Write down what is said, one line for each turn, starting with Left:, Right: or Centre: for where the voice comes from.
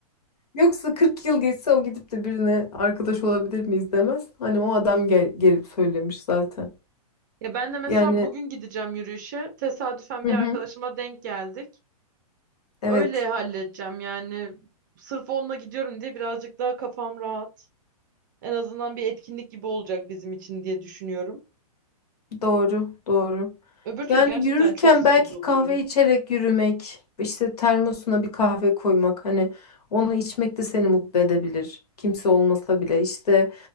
Left: Yoksa 40 yıl geçse o gidip de birine arkadaş olabilir miyiz demez. Hani o adam gel gelip söylemiş zaten.
Right: Ya ben de mesela
Left: Yani
Right: bugün gideceğim yürüyüşe. Tesadüfen
Left: hı
Right: bir
Left: hı,
Right: arkadaşıma denk geldik.
Left: evet
Right: Öyle halledeceğim yani. Sırf onunla gidiyorum diye birazcık daha kafam rahat. En azından bir etkinlik gibi olacak bizim için diye düşünüyorum.
Left: doğru doğru.
Right: Öbür türlü
Left: Yani
Right: gerçekten
Left: yürürken
Right: çok sıkıcı
Left: belki
Right: oluyor.
Left: kahve içerek yürümek, işte termosuna bir kahve koymak hani onu içmek de seni mutlu edebilir. Kimse olmasa bile işte